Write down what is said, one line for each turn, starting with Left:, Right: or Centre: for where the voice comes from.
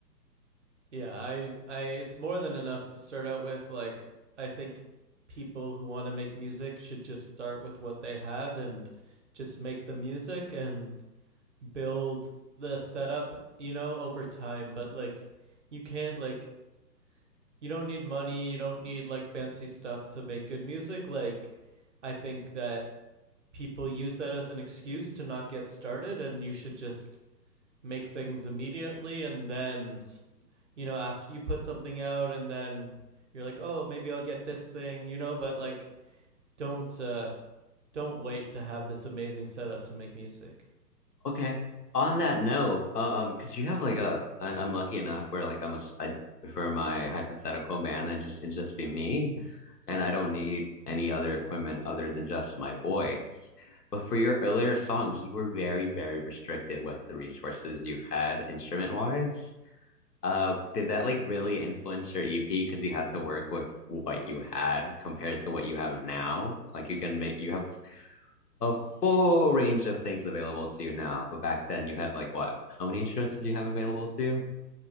Right: Yeah, I I it's more than enough to start out with like I think people who want to make music should just start with what they have and just make the music and build the setup, you know, over time, but like you can't like you don't need money, you don't need like fancy stuff to make good music. Like I think that people use that as an excuse to not get started and you should just make things immediately and then you know after you put something out and then you're like oh maybe i'll get this thing you know but like don't uh don't wait to have this amazing setup to make music
Left: Okay. On that note, um, because you have like a, I, I'm lucky enough where like I'm a, s- I, for my hypothetical band, I just it'd just be me, and I don't need any other equipment other than just my voice. But for your earlier songs, you were very, very restricted with the resources you had instrument wise. Uh, did that like really influence your EP? Because you had to work with what you had compared to what you have now. Like you can make you have a full range of things available to you now. But back then you had like what? How many instruments did you have available to you?